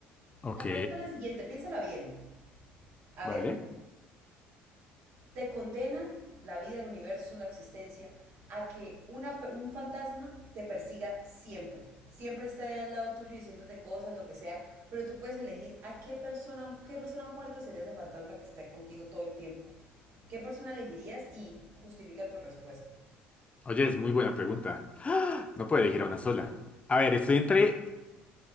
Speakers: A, on the left; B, on the right.
A: Ok,
B: La pregunta es la siguiente, piénsala bien. A
A: vale.
B: ver, te condena la vida, el universo, la existencia, a que una, un fantasma te persiga siempre. Siempre está ahí al lado tuyo diciéndote cosas, lo que sea, pero tú puedes elegir a qué persona, qué persona muerta sería ese fantasma que está contigo todo el tiempo. ¿Qué persona elegirías y justifica tu respuesta?
A: Oye, es muy buena pregunta. ¡Ah! No puedo elegir a una sola. A ver, estoy entre,